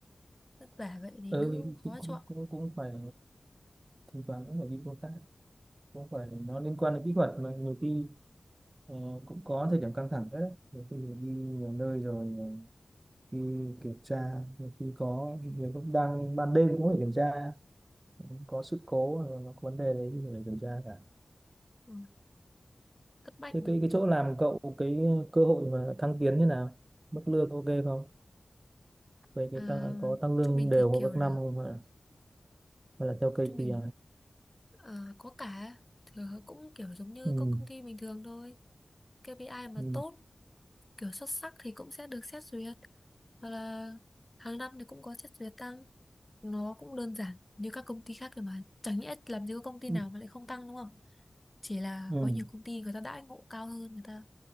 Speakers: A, on the left; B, on the right.
A: vất vả vậy thì
B: ừ
A: nữ khó
B: thì cũng,
A: chọn
B: cũng cũng phải thỉnh thoảng cũng phải đi công tác cũng phải nó liên quan đến kỹ thuật mà nhiều khi ờ, cũng có thời điểm căng thẳng rất đấy nhiều khi mình đi nhiều nơi rồi ờ, khi kiểm tra khi có nhiều lúc đang ban đêm cũng phải kiểm tra có sự cố rồi nó có vấn đề đấy thì phải kiểm tra cả
A: ừ, thất bách
B: thế
A: mà
B: cái cái chỗ làm cậu cái cơ hội mà thăng tiến như nào mức lương ok không về cái
A: à,
B: tăng có tăng lương
A: chỗ mình
B: đều
A: thì
B: của
A: kiểu
B: các
A: là
B: năm không hay là, hay là theo KPI
A: chỗ mình ờ, có cả thì cũng kiểu giống như
B: ừ.
A: các công ty bình thường thôi KPI mà
B: Ừ.
A: tốt kiểu xuất sắc thì cũng sẽ được xét duyệt hoặc là hàng năm thì cũng có xét duyệt tăng nó cũng đơn giản như các công ty khác thôi mà chẳng nhẽ làm gì có công ty
B: Ừ.
A: nào mà lại không tăng đúng không chỉ là
B: ừ.
A: có nhiều công ty người ta đãi ngộ cao hơn người ta